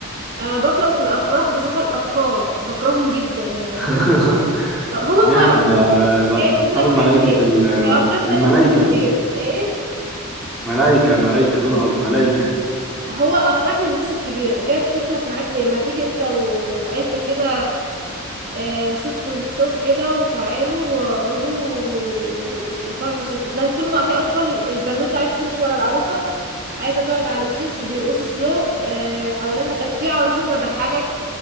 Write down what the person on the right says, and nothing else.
انا بكره في الافراح بصراحه الاطفال بكرههم جدا يعني
دي هو
فرح
جايب ابنك
معاك ليه
هي افراح ده
للناس الكبيره ايه
هو افراح للناس الكبيره جايب طفلك معاك ليه ما تيجي انت وعيلتك كده آه، صف تو- صف كده وتعالوا واقعدوا و- والفرح بشكل لا طول ما في اطفال البنوته عايزه تمشي ورا العروسه عايزه تقعد على الستيج بيرقصوا سلو آه، حوالينا كانت في عروسه <laughs> ضحكك